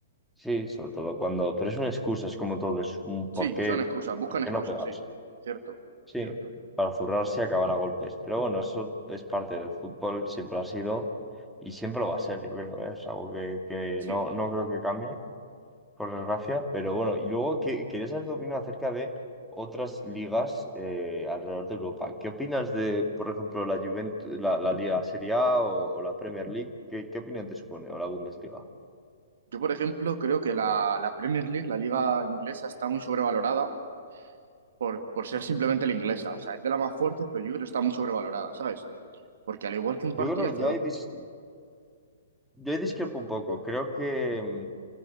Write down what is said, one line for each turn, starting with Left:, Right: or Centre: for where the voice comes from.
Centre: Sí, sobre todo cuando, pero es una excusa, es como todo, es un por
Right: Sí,
Centre: qué,
Right: son excusas, buscan
Centre: por qué
Right: excusas,
Centre: no pegarse.
Right: sí. Cierto,
Centre: Sí,
Right: cierto.
Centre: para zurrarse y acabar a golpes. Pero bueno, eso es parte del fútbol, siempre ha sido y siempre lo va a ser, yo creo, ¿eh? Es algo que, que
Right: Sí.
Centre: no, no creo que cambie, por desgracia. Pero bueno, y luego que, quería saber tu opinión acerca de otras ligas eh, alrededor de Europa. ¿Qué opinas de, por ejemplo, la Juventus, la, la Liga Serie A o, o la Premier League? ¿Qué, qué opinión te supone? O la Bundesliga.
Right: Yo, por ejemplo, creo que la, la Premier League, la liga inglesa, está muy sobrevalorada por, por ser simplemente la inglesa. O sea, es de las más fuertes, pero yo creo que está muy sobrevalorada, ¿sabes? Porque al igual que un
Centre: Yo
Right: partidazo,
Centre: creo que ya
Right: lo-
Centre: hay dis- Yo discrepo un poco. Creo que mm,